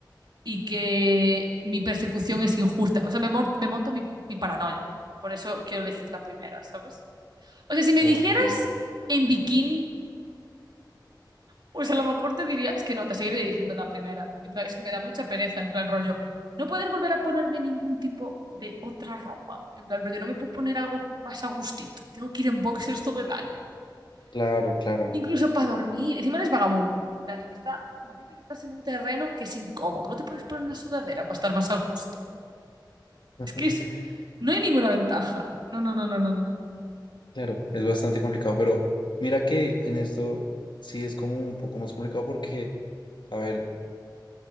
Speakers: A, on the right; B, on the left.
A: y que mi persecución es injusta. O sea, me, mor- me monto mi, mi paranoia. Por eso quiero elegir la primera, ¿sabes? O sea, si me
B: Ok.
A: dijeras en bikini Pues a lo mejor te diría, es que no, te seguiré diciendo la primera. En plan, es que me da mucha pereza, en plan rollo. No poder volver a ponerme ningún tipo de otra ropa. En plan rollo, no me puedo poner algo más a gustito. Tengo que ir en boxers todo el año.
B: Claro, claro.
A: Incluso para dormir. Encima eres vagabundo. En plan, está, imagínate que estás en un terreno que es incómodo. No te puedes poner una sudadera para estar más a gusto.
B: Ajá,
A: Es que es- no hay ninguna ventaja. No, no, no, no, no, no, no.
B: Claro, es bastante complicado, pero mira que en esto sí es como un poco más complicado porque, a ver,